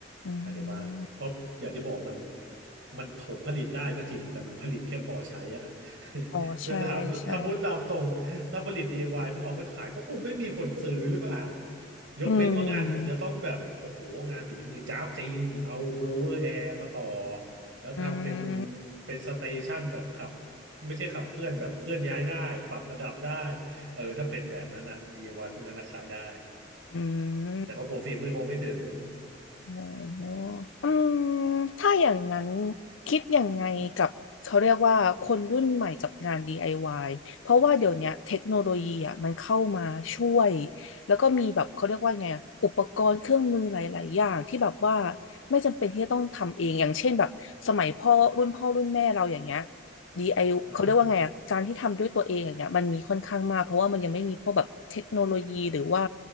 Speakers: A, on the left; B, on the right.
A: อื
B: ภายในบ้านเพราะอย่างที่บอกมัน
A: ม
B: มันผมผลิตได้ก็จริงแต่มันผลิตแค่พอใช้อ่ะ <laughs>
A: อ๋อใช่ใช่
B: แต่ถามถ้าพูดตามตรงถ้าผลิต DIY เพื่อเอาไว้ขายก็คงไม่มีคนซื้อหรือเปล่า ยกเว้นว่างานผมจะต้องแบบโอ้โหงานฝีมือจ้าบจริงเอาโบ
A: อืม
B: l เวอร์แอร์มาต่อแล้วทำเป็น
A: อืม
B: เป็นสเตชันแบบขับไม่ใช่ขับเคลื่อนแบบเคลื่อนย้ายได้ปรับระดับได้เออถ้าเป็นแบบนั้นอะดีไอว i y พวกนั้นอะขายได้
A: อืม
B: แต่ของผมฝีมือคงไม่ถึง
A: โอ้โหอืมถ้าอย่างนั้นคิดยังไงกับเขาเรียกว่าคนรุ่นใหม่กับงาน DIY เพราะว่าเดี๋ยวเนี้ยเทคโนโลยีอ่ะมันเข้ามาช่วยแล้วก็มีแบบเขาเรียกว่าไงอะอุปกรณ์เครื่องมือหลายๆอย่างที่แบบว่าไม่จำเป็นที่จะต้องทำเองอย่างเช่นแบบสมัยพ่อรุ่นพ่อรุ่นแม่เราอย่างเงี้ย DIY
B: อือฮะ
A: เขาเรียกว่าไงอะการที่ทำด้วยตัวเองอย่างเงี้ยมันมีค่อนข้างมากเพราะว่ามันยังไม่มีพวกแบบเทคโนโลยีหรือว่า